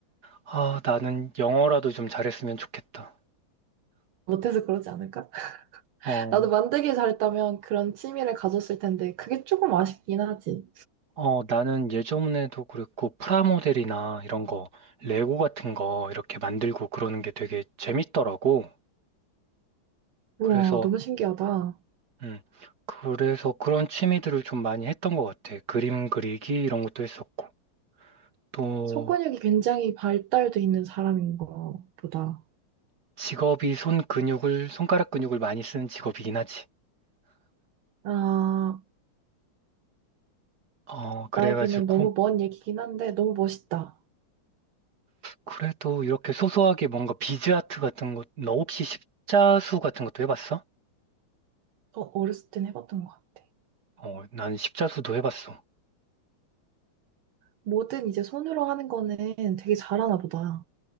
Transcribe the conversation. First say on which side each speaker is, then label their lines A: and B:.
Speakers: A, on the right; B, on the right.
A: 아, 나는 영어라도 좀 잘했으면 좋겠다.
B: 못해서 그러지 않을까?
A: 어,
B: 나도 만들기 잘했다면 그런 취미를 가졌을 텐데 그게 조금 아쉽긴 하지.
A: 어, 나는 예전에도 그랬고 프라모델이나 이런 거, 레고 같은 거 이렇게 만들고 그러는 게 되게 재밌더라고. 그래서
B: 우와, 너무 신기하다.
A: 음. 그래서 그런 취미들을 좀 많이 했던 것 같아. 그림 그리기 이런 것도 했었고. 또
B: 속근육이 굉장히 발달돼 있는 사람인 거 보다.
A: 직업이 손 근육을, 손가락 근육을 많이 쓰는 직업이긴 하지.
B: 아,
A: 어, 그래가지고
B: 나에게는 너무 먼 얘기긴 한데 너무 멋있다.
A: 그래도 이렇게 소소하게 뭔가 비즈 아트 같은 것, 너 혹시 십자수 같은 것도 해봤어?
B: 어, 어렸을 땐 해봤던 것 같아.
A: 어, 나는 십자수도 해봤어.
B: 뭐든 이제 손으로 하는 거는 되게 잘하나 보다.